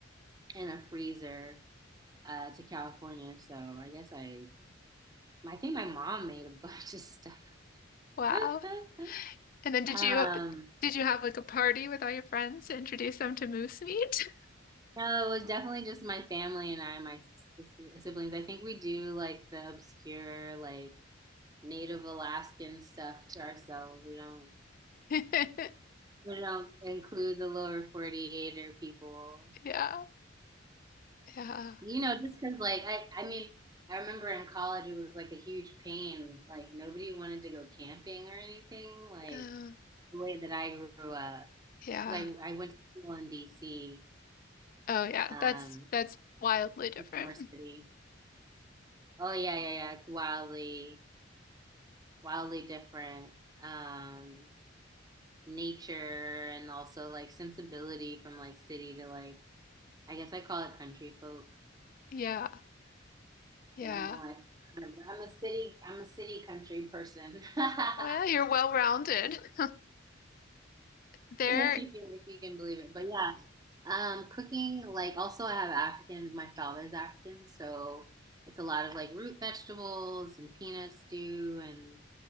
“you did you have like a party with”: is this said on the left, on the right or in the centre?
Left